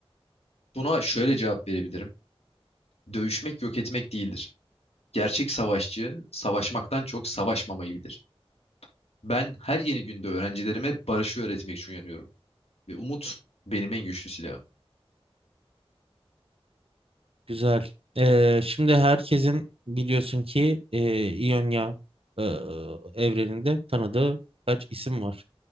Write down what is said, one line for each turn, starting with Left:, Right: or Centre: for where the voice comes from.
Left: Buna şöyle cevap verebilirim. Dövüşmek yok etmek değildir. Gerçek savaşçı savaşmaktan çok savaşmamayı bilir. Ben her yeni günde öğrencilerime barışı öğretmek için uyanıyorum ve umut benim en güçlü silahım.
Right: Güzel. Ee, şimdi herkesin biliyorsun ki e, İonya e, evreninde tanıdığı kaç isim var